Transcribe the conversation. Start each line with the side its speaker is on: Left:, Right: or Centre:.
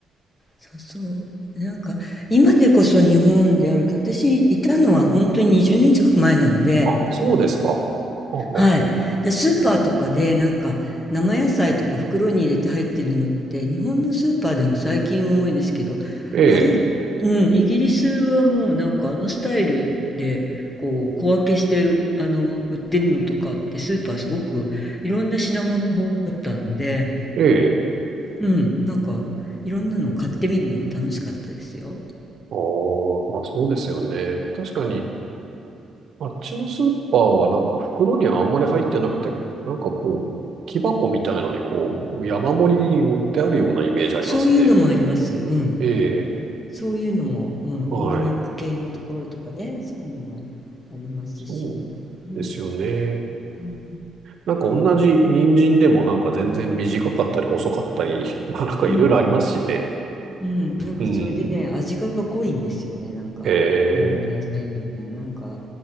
Left: そうそう。なんか、今でこそ日本であるけど、私いたのは本当に20年近く前なので、
Right: あ、そうですか。あは
Left: はい。で、スーパーとかで、なんか、生野菜とか袋に入れて入ってるのって、日本のスーパーでも最近は多いですけど、
Right: ええ、
Left: あれ、うん、イギリスはもうなんかあのスタイルで、こう、小分けして、あの、売ってるのとかって、スーパーすごくいろんな品物があったので、
Right: ええ。
Left: うん、なんか、いろんなの買ってみるのも楽しかったですよ。
Right: ああ、まあそうですよね。確かに、あっちのスーパーはなんか袋にはあんまり入ってなくて、なんかこう、木箱みたいのにこう、山盛りに持ってあるようなイメージありますね。
Left: そういうのもあります。うん。
Right: ええ、
Left: そういうのも、うん、オーガニック系のところとかね、
Right: はい。
Left: そういうのもありますし。
Right: そう
Left: うん、
Right: ですよね。
Left: うん、
Right: なんか同じ人参でもなんか全然短かったり細かったり、まあなんかいろいろありますしね。
Left: うん、うん、なんかそれでね、
Right: うん。
Left: 味が濃いんですよね、なんか、
Right: ええ、
Left: 日本の野菜も、なんか、